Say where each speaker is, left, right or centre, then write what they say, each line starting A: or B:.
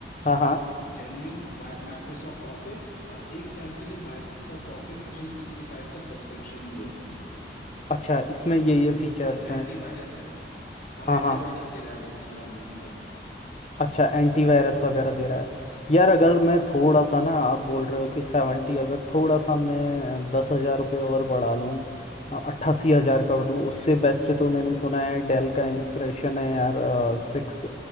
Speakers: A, on the left; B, on the left.
A: हाँ हाँ
B: genuine Microsoft Office और एक साल के लिए माइक्रोसॉफ्ट ऑफिस 365 का सब्सक्रिप्शन भी है तुम्हारे लिए
A: अच्छा इसमें ये ये फीचर्स
B: और एंटीवायरस
A: हैं
B: है और
A: हाँ
B: एंटीवायरस
A: हाँ
B: दे रहा है वो पंद्रह महीने का
A: अच्छा एंटीवायरस वगैरह दे रहा है यार अगर मैं थोड़ा सा ना आप बोल रहे हो कि सेवेंटी अगर थोड़ा सा मैं दस हज़ार रुपये और बढ़ा लूँ अट्ठासी हज़ार कर दूँ उससे बेस्ट तो मैंने सुना है डेल का इंस्पिरेशन है यार सिक्स